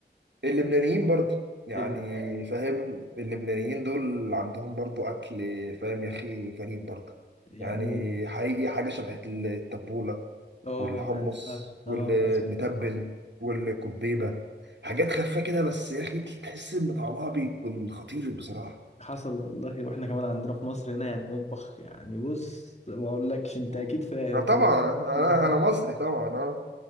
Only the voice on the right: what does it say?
اللبنانيين برضه يعني
فاهم اللبنانيين دول عندهم برضه اكل فاهم يا اخي غريب برضه
يعني حقيقي حاجه شبه التبوله
والحمص
والمتبل
والكبيبه حاجات خفيفه كده بس يا اخي تحس ان طعمها بيكون خطير بصراحه
مم.
آه طبعا
انا
انا مصري طبعا اه